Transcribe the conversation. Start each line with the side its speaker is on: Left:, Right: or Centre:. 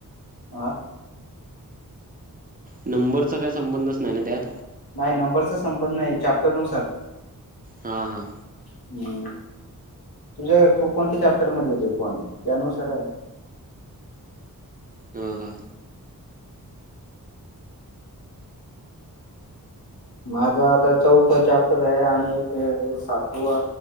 Left: ह..
Right: नंबरचा काही संबंध नस नाही ना त्यात.
Left: नाही नंबरचा संबंध नाही. चॅप्टरनुसार
Right: हा. हा.
Left: हम्! तुझ्या तो कोणत्या चॅप्टर मध्ये येतोय पॉइंट त्यानुसार आहे.
Right: हा हा
Left: माझा आता चौथा चॅप्टर आहे आणि एक सातवा